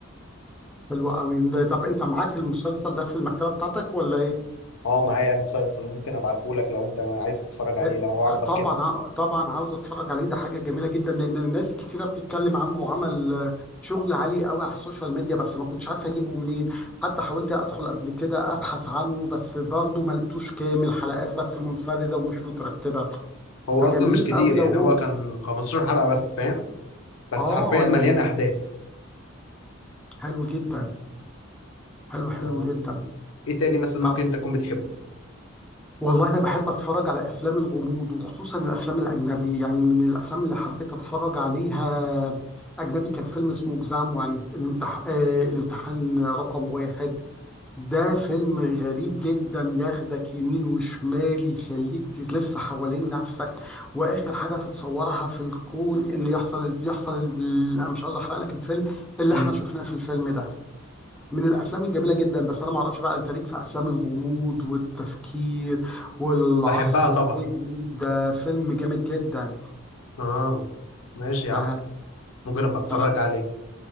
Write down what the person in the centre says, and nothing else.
حلو قوي ده- طب انت معاك المسلسل ده في المكتبه بتاعتك ولا ايه
ه-
طبعا
ع- طبعا عاوز اتفرج عليه ده حاجه جميله جدا لان ناس كتيره بتتكلم عنه وعمل آه، شغل عالي قوي على السوشيال ميديا بس ما كنتش عارف اجيبه منين حتى حاولت ادخل قبل كده ابحث عنه بس برضه ما لقيتوش كامل حلقات بس منفرده ومش مترتبه
فجميل
قوي لو
هو
اه
يعني
حلو جدا حلو حلو
جدا
طب
والله انا بحب اتفرج على افلام الغموض وخصوصا الافلام الاجنبي يعني من الافلام اللي حبيت اتفرج عليها اجنبي كان فيلم اسمه اكزام وان الامتح... آه الامتحان رقم واحد ده فيلم غريب جدا ياخدك يمين وشمال يخليك تلف حوالين نفسك واخر حاجه تتصورها في الكون ان يحصل يحصل ال- انا مش عاوز احرق لك الفيلم اللي
احنا شفناه في الفيلم ده من الافلام الجميله جدا بس انا ما اعرفش بقى انت ليك في افلام الغموض والتفكير والعصف
الذهني ده فيلم جامد جدا
ف...
فلا